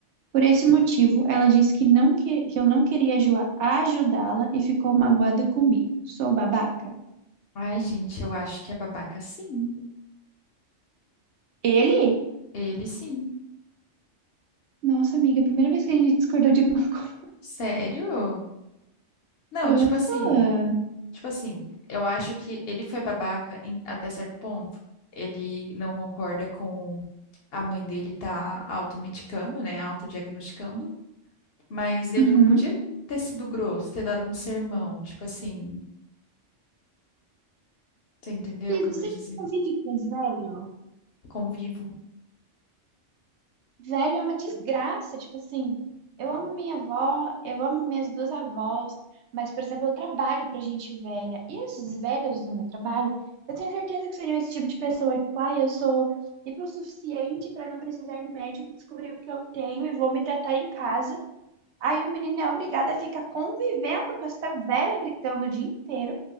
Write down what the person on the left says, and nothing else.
Ai, gente, eu acho que é babaca sim.
Ele sim.
Sério? Não,
tipo assim. Tipo assim, eu acho que ele foi babaca em- até certo ponto. Ele não concorda com a mãe dele tá automedicando, né? Autodiagnosticando. Mas ele
não podia ter sido grosso, ter dado um sermão. Tipo assim, você entendeu
o que
eu quis dizer?
Convivo.